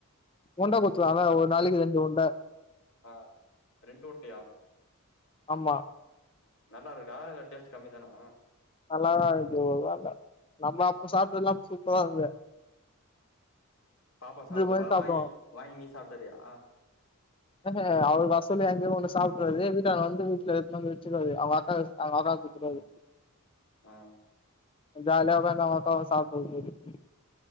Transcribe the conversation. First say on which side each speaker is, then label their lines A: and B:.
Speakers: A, on the left; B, on the left.
A: உண்ட குத்துருவாங்க ஒரு நாளைக்கு ரெண்டு உருண்ட
B: ஆ ரெண்டு உருண்டயா
A: ஆமா
B: ம் நல்லாருக்குதா இல்ல டேஸ்ட் கம்மிதானா
A: நல்லாதா இருக்கு ஒரு இதா இல்ல நம்ம அப்ப சாப்ட்டதெல்லா சூப்பராருந்த
B: பாப்பா சாப்பத்த
A: மாதிரி
B: பா
A: சாப்பிடுவோம்
B: வாங்கி வாங்கி நீ சாப்பிட்டறியா
A: ம்ஹு அவ வசல எங்கியு ஒண்ணு சாப்ட்றது எங்க வீட்டு ஆளுங்க வந்து வீட்ல எடுத்துனு வந்து வெச்சிறது அவுங்க ஆத்தா அவுங்க ஆத்தாக்கு குடுத்துறது
B: ஆ
A: ஜாலியா ஒக்காந்து அவங் ஆத்தா சாப்பிடருக்கு போயிரு